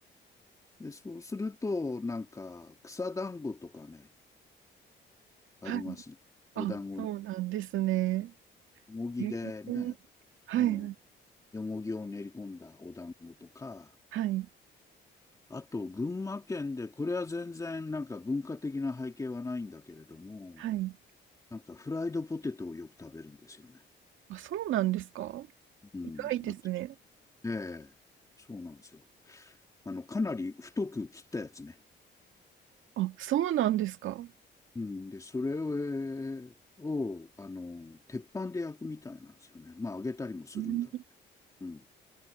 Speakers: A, on the left; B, on the right.
A: で、そうすると、なんか、草団子とかね、ありますね。
B: はい。
A: お団子ね。
B: あ、そうなんですね。
A: よもぎでね、
B: えーはい、
A: うん、よもぎを練り込んだお団子とか、
B: はい、
A: あと、群馬県で、これは全然なんか文化的な背景はないんだけれども、
B: はい。
A: なんかフライドポテトをよく食べるんですよね。
B: あ、そうなんですか
A: うん。
B: 意外ですね。
A: あええ、そうなんですよ。あの、かなり太く切ったやつね。
B: あ、そうなんですか。
A: うん。で、それを、をあの、鉄板で焼くみたいなんですよね。まあ、揚げたりもするんだろうけど。
B: うん
A: うん。